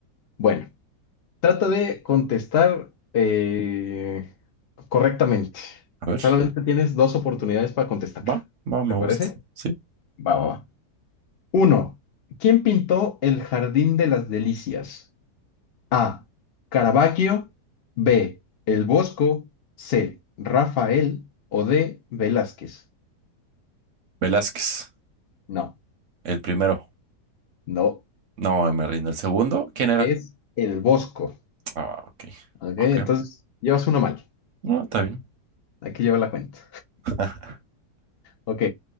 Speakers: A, on the left (about 75°); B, on the right (about 60°).
A: Bueno, trata de contestar eh, correctamente.
B: A ver,
A: Solamente tienes dos oportunidades para contestar.
B: va, va, me
A: ¿Te parece?
B: gusta, sí.
A: Va, va, va. Uno. ¿Quién pintó el Jardín de las Delicias? A. Caravaggio. B. El Bosco. C. Rafael. O D. Velázquez.
B: Velázquez,
A: No,
B: el primero.
A: no,
B: No, me rindo. ¿El segundo? ¿Quién era?
A: es el Bosco.
B: Ah, ok.
A: Ok,
B: Ok.
A: entonces llevas uno mal.
B: No, está bien.
A: Hay que llevar la cuenta.
B: <laughs>
A: Ok.